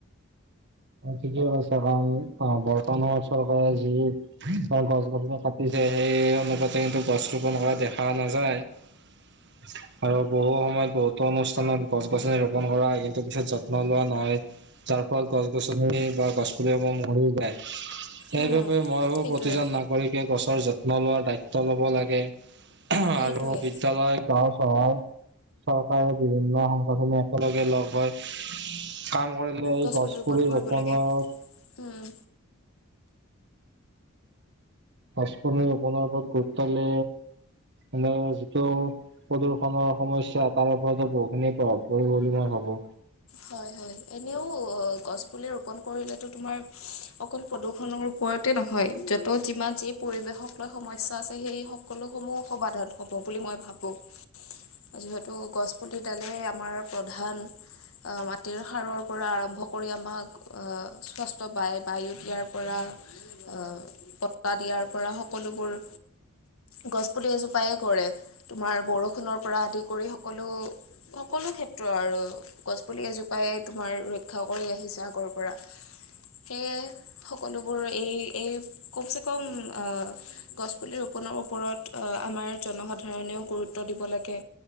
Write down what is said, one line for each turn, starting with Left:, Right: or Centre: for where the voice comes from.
Right: ঠিকেই কৈছা কাৰণ অ বৰ্তমান সময়ত চৰকাৰে যি অ গছ-গছনি কাটিছে সেই অনুপাতে কিন্তু গছ ৰোপন কৰা দেখা নাযায় <inaudible> আৰু বহু সময়ত বহুতো অনুষ্ঠানত গছ-গছনি ৰোপন কৰা হয় কিন্তু পিছত যত্ন লোৱা নহয়। তাৰ ফলত গছ-গছনি বা গছ পুলিসমূহ মৰি যায়। সেইবাবে
Left: উম,
Right: মই ভাবোঁ
Left: সেইটোৱে
Right: প্ৰতিজন নাগৰিকে গছৰ যত্ন লোৱাৰ দায়িত্ব ল'ব লাগে। আৰু
Left: সেইটোৱে
Right: বিদ্যয়ালয়, গাঁও, চহৰ চৰকাৰে বিভিন্ন সংগঠনে একেলগে লগ হৈ কাম কৰিলে এই
Left: গছপুলি
Right: গছ
Left: ৰোপণ
Right: পুলি
Left: কৰিব
Right: ৰোপনৰ
Left: লাগে উম।
Right: গছপুলি ৰোপণৰ ওপৰত গুৰুত্ব দিলে মানে যিটো প্ৰদূৰষণৰ সমস্যা তাৰ ওপৰতো বহুখিনি প্ৰভাৱ পৰিব বুলি মই ভাবোঁ।
Left: হয় হয়। এনেও গছ পুলি ৰোপন কৰিলেটো তোমাৰ অকল প্ৰদূষণৰ ওপৰতে নহয়। য'ত যিমান যি পৰিৱেশক লৈ সমস্যা আছে সেই সকলোসমূহ সমাধান হ'ব বুলি মই ভাবোঁ। যিহেতু গছপুলি ডালেই আমাৰ প্ৰধান আঁ, মাটিৰ সাৰৰ পৰা আৰম্ভ কৰি আমাক অঁ স্বচ্ছ বায়, বায়ু দিয়াৰ পৰা অঁ, বতাহ দিয়াৰ পৰা সকলোবোৰ গছপুলি এজোপাই কৰে, তোমাৰ বৰষুণৰ পৰা আদি কৰি সকলো সকলো ক্ষেত্ৰ আৰু গছ পুলি এজোপাই তোমাৰ ৰক্ষা কৰি আহিছে, আগৰ পৰা। সেয়ে, সকলোবোৰ এই এই কমচে কম আ গছপুলি ৰোপণৰ ওপৰত অ আমাৰ জনসাধাৰণেয়ো গুৰুত্ব দিব লাগে।